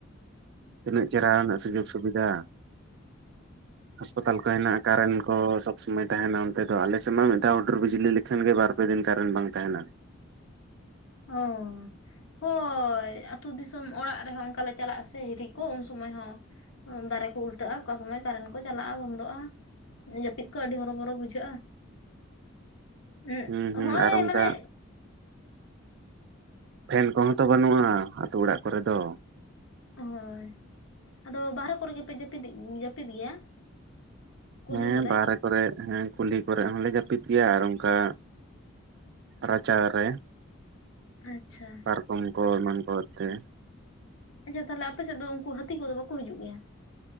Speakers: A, on the right (about 55°); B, on the left (about 70°).
A: ᱛᱤᱱᱟᱹᱜ ᱪᱮᱦᱨᱟ ᱨᱮᱱᱟᱜ ᱥᱩᱡᱚᱜᱽ ᱥᱩᱵᱤᱫᱷᱟ᱾
B: <inaudible>
A: ᱦᱟᱥᱯᱟᱛᱟᱞ ᱠᱚ ᱦᱮᱱᱟᱜᱼᱟ, ᱠᱟᱨᱮᱱ ᱠᱚ ᱥᱚᱵ ᱥᱚᱢᱚᱭ ᱛᱟᱦᱮᱱᱟ ᱚᱱᱛᱮ ᱫᱚ ᱟᱞᱮ ᱥᱮᱫ ᱢᱟ ᱢᱤᱫ ᱫᱷᱟᱣ ᱦᱩᱰᱩᱨ ᱵᱤᱡᱽᱞᱤ ᱠᱷᱮᱱ ᱜᱮ ᱵᱟᱨ ᱯᱮ ᱫᱤᱱ ᱠᱟᱨᱮᱱᱴ ᱵᱟᱝ ᱛᱟᱦᱮᱱᱟ᱾
B: ᱚ ᱦᱚᱭ ᱟᱛᱩ ᱫᱤᱥᱚᱢ ᱚᱲᱟᱜ ᱨᱮᱦᱚᱸ ᱚᱱᱠᱟᱞᱮ ᱪᱟᱞᱟᱜᱼᱟ ᱥᱮ ᱦᱤᱨᱤ ᱠᱚ ᱩᱱ ᱥᱚᱢᱚᱭ ᱦᱚᱸ ᱩᱞ ᱫᱟᱨᱮ ᱠᱚ ᱩᱞᱴᱟᱹᱜᱼᱟ ᱚᱠᱟ ᱥᱚᱢᱚᱭ ᱠᱟᱨᱮᱱᱴ ᱠᱚ ᱪᱟᱞᱟᱜᱼᱟ ᱵᱚᱱᱫᱚᱜᱼᱟ᱾ ᱡᱟᱹᱯᱤᱫ ᱠᱚ ᱟᱹᱰᱤ ᱦᱚᱨᱚᱵᱚᱨᱚ ᱵᱩᱡᱷᱟᱹᱜᱼᱟ᱾ ᱦᱩᱜ
A: ᱦᱩᱸ ᱦᱩᱸ
B: ᱦᱚᱭ
A: ᱟᱨ ᱚᱱᱠᱟ
B: ᱢᱟᱱᱮ
A: ᱯᱷᱮᱱ ᱠᱚᱦᱚᱸ ᱛᱚ ᱵᱟᱹᱱᱩᱜᱼᱟ ᱟᱛᱩ ᱚᱲᱟᱜ ᱠᱚᱨᱮ ᱫᱚ᱾
B: ᱦᱚᱭ ᱟᱫᱚ ᱵᱟᱦᱨᱮ ᱠᱚᱨᱮ ᱜᱮᱯᱮ ᱡᱟᱹᱯᱤᱫ, ᱡᱟᱹᱯᱤᱫ ᱜᱮᱭᱟ᱾ ᱠᱩᱞᱦᱤ
A: ᱦᱮᱸ
B: ᱠᱚᱨᱮ
A: ᱵᱟᱦᱨᱮ ᱠᱚᱨᱮᱜ ᱦᱮᱸ ᱠᱩᱞᱦᱤ ᱠᱚᱨᱮᱜ ᱦᱚᱸᱞᱮ ᱡᱟᱹᱯᱤᱫ ᱜᱮᱭᱟ ᱟᱨ ᱚᱱᱠᱟ᱾ ᱨᱟᱪᱟᱨ ᱨᱮ
B: ᱟᱪᱪᱷᱟ
A: ᱯᱟᱨᱠᱚᱢ ᱠᱚ ᱮᱢᱟᱱ ᱠᱚᱛᱮ᱾
B: ᱦᱮᱸ ᱟᱪᱪᱷᱟ ᱛᱟᱦᱚᱞᱮ ᱟᱯᱮ ᱥᱮᱫ ᱫᱚ ᱩᱱᱠᱩ ᱦᱟᱹᱛᱤ ᱠᱚᱫᱚ ᱵᱟᱠᱚ ᱦᱤᱡᱩᱜ ᱜᱮᱭᱟ᱾